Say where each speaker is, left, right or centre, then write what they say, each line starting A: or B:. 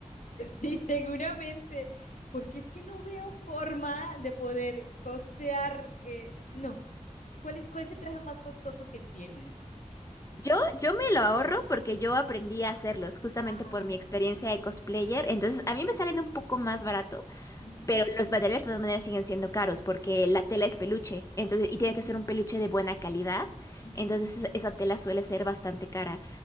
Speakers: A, on the left; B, on the left.
A: Sí, seguramente, porque es que no veo forma de poder costear, eh, no. ¿Cuál es, cuál es el traje más costoso que tienes?
B: Yo, yo me lo ahorro porque yo aprendí a hacerlos justamente
A: Ah.
B: por mi experiencia de cosplayer, entonces a mí me salen un poco más baratos
A: Ujú,
B: Pero los materiales de todas maneras siguen siendo caros porque la tela es peluche, entonces, y tiene
A: ujú,
B: que ser un peluche de buena calidad,
A: ujú,
B: entonces esa esa tela suele ser bastante cara.